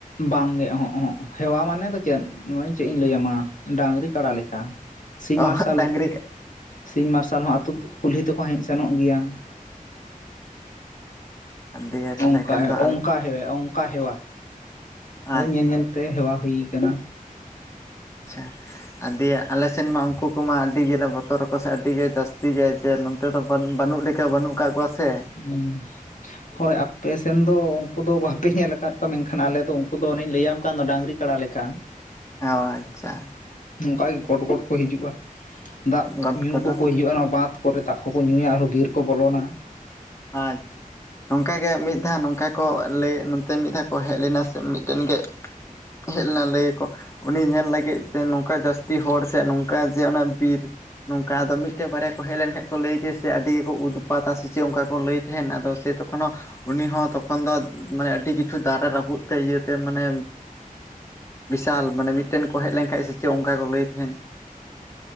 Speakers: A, on the left; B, on the left.
A: ᱵᱟᱝᱜᱮ ᱚᱦᱚᱜ ᱚᱦᱚᱜ ᱦᱮᱣᱟ ᱢᱟᱱᱮ ᱫᱚ ᱪᱮᱫ ᱱᱚᱜ-ᱚᱭ ᱪᱮᱜ ᱤᱧ ᱞᱟᱹᱭᱟᱢᱟ ᱰᱟᱝᱨᱤ ᱠᱟᱲᱟ ᱞᱮᱠᱟ᱾ ᱥᱤᱧ
B: ᱚ
A: ᱢᱟᱨᱥᱟᱞ
B: ᱰᱟᱝᱨᱤ
A: ᱥᱤᱧ ᱢᱟᱨᱥᱟᱞ ᱦᱚᱸ ᱟᱹᱛᱩ ᱠᱩᱞᱦᱤ ᱛᱮᱠᱚ ᱦᱮᱡ ᱥᱮᱱᱚᱜ ᱜᱮᱭᱟ᱾
B: ᱫᱤᱭᱮ ᱛᱟᱦᱚᱞᱮ
A: ᱚᱝᱠᱟ
B: ᱠᱷᱟᱱ
A: ᱦᱮᱜ
B: ᱫᱚ
A: ᱚᱝᱠᱟ ᱦᱮᱣᱮ ᱚᱝᱠᱟ ᱦᱮᱣᱟ ᱟᱫᱚ
B: ᱟᱪᱪᱷᱟ
A: ᱧᱮᱞ ᱧᱮᱞ ᱛᱮ ᱦᱮᱣᱟ ᱦᱩᱭ ᱠᱟᱱᱟ᱾
B: ᱟᱪᱪᱷᱟ ᱟᱨ ᱫᱤᱭᱮ ᱟᱞᱮ ᱥᱮᱱ ᱢᱟ ᱩᱱᱠᱩ ᱠᱚᱢᱟ ᱟᱹᱰᱤ ᱜᱮᱞᱮ ᱵᱚᱛᱚᱨ ᱟᱠᱚ ᱥᱮ ᱟᱹᱰᱤ ᱜᱮ ᱡᱟᱹᱥᱛᱤ ᱜᱮ ᱡᱮ ᱱᱚᱱ- ᱛᱮ ᱨᱮᱫᱚ ᱵᱟᱹᱱ ᱵᱟᱹᱱᱩᱜ ᱞᱮᱠᱟ ᱵᱟᱹᱱᱩᱜ ᱟᱠᱟᱜ ᱠᱚᱣᱟ ᱥᱮ᱾
A: ᱦᱩᱸ ᱦᱳᱭ ᱟ- ᱯᱮᱥᱮᱱ ᱫᱚ ᱩᱝᱠᱩ ᱫᱚ ᱵᱟᱯᱮ ᱧᱮᱞ ᱟᱠᱟᱫ ᱠᱚᱣᱟ ᱢᱮᱱᱠᱷᱟᱱ ᱟᱞᱮ ᱫᱚ ᱩᱝᱠᱩ ᱫᱚ ᱚᱱᱮᱧ ᱞᱟᱹᱭᱟᱢ ᱠᱟᱱ ᱫᱚ ᱰᱟᱹᱝᱨᱤ ᱠᱟᱲᱟ ᱞᱮᱠᱟ᱾
B: <unintelligible> ᱟᱪᱪᱷᱟ
A: ᱚᱝᱠᱟ ᱜᱮ ᱜᱚᱴ ᱜᱚᱴ ᱠᱚ ᱦᱤᱡᱩᱜ-ᱟ᱾ ᱫᱟᱜ
B: ᱜᱚᱴ
A: ᱧᱩ
B: ᱠᱚᱫᱚ
A: ᱠᱚᱠᱚ ᱦᱤᱡᱩᱜ-ᱟ ᱱᱚᱣᱟ ᱵᱟᱸᱫᱷ ᱠᱚᱨᱮ ᱫᱟᱜ ᱠᱚᱠᱚ ᱧᱩᱭᱟ ᱟᱨ ᱦᱚᱸ ᱵᱤᱨ ᱠᱚ ᱵᱚᱞᱚᱱᱟ ᱦᱟᱸᱜ᱾
B: ᱟᱪᱪᱷᱟ ᱱᱚᱝᱠᱟ ᱜᱮ ᱢᱤᱫ ᱫᱷᱟᱣ ᱱᱚᱝᱠᱟ ᱠᱚ ᱞᱟᱹᱭ ᱱᱚᱸᱛᱮ ᱢᱤᱫ ᱫᱷᱟᱣ ᱠᱚ ᱦᱮᱡ ᱞᱮᱱᱟ ᱥᱮ ᱢᱤᱫᱴᱮᱱ ᱜᱮ ᱦᱮᱡ ᱞᱮᱱᱟ ᱞᱟᱹᱭᱟ ᱠᱚ᱾ ᱩᱱᱤ ᱧᱮᱞ ᱞᱟᱹᱜᱤᱫ ᱛᱮ ᱱᱚᱝᱠᱟ ᱡᱟᱹᱥᱛᱤ ᱦᱚᱲ ᱥᱮ ᱱᱚᱝᱠᱟ ᱡᱮ ᱚᱱᱟ ᱵᱤᱨ ᱱᱚᱝᱠᱟ ᱟᱫᱚ ᱢᱤᱫᱴᱮᱡ ᱵᱟᱨᱭᱟ ᱠᱚ ᱦᱮᱡ ᱞᱮᱱᱠᱷᱟᱡ ᱠᱚ ᱞᱟᱹᱭ ᱜᱮᱭᱟ ᱥᱮ ᱟᱹᱰᱤ ᱜᱮᱠᱚ ᱩᱛᱯᱟᱛᱟ ᱥᱮ ᱪᱮᱜ ᱚᱝᱠᱟ ᱠᱚ ᱞᱟᱹᱭ ᱛᱟᱦᱮᱱ ᱟᱫᱚ ᱥᱮ ᱛᱚᱠᱷᱚᱱ ᱦᱚᱸ ᱩᱱᱤ ᱦᱚᱸ ᱛᱚᱠᱷᱚᱱ ᱫᱚ ᱢᱟᱱᱮ ᱟᱹᱰᱤ ᱠᱤᱪᱷᱩ ᱫᱟᱨᱮ ᱨᱟᱹᱯᱩᱫ ᱛᱮ ᱤᱭᱟᱹᱛᱮ ᱢᱟᱱᱮ᱾ ᱵᱤᱥᱟᱞ ᱢᱟᱱᱮ ᱢᱤᱫᱴᱮᱱ ᱠᱚ ᱦᱮᱡ ᱞᱮᱱ ᱠᱷᱟᱡ ᱥᱮ ᱪᱮᱫ ᱚᱱᱠᱟ ᱠᱚ ᱞᱟᱹᱭ ᱛᱟᱦᱮᱱ᱾